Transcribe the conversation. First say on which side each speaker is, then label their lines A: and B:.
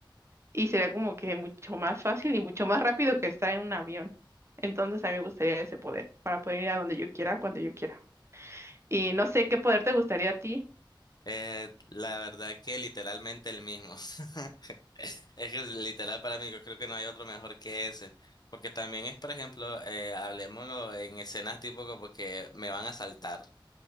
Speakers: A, on the right; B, on the left.
A: y será como que mucho más fácil y mucho más rápido que estar en un avión. Entonces a mí me gustaría ese poder para poder ir a donde yo quiera, cuando yo quiera. Y no sé qué poder te gustaría a ti.
B: Eh, la verdad que literalmente el mismo. <laughs> Es que literal para mí, yo creo que no hay otro mejor que ese. Porque también es, por ejemplo, eh, hablemoslo en escenas tipo como que me van a saltar.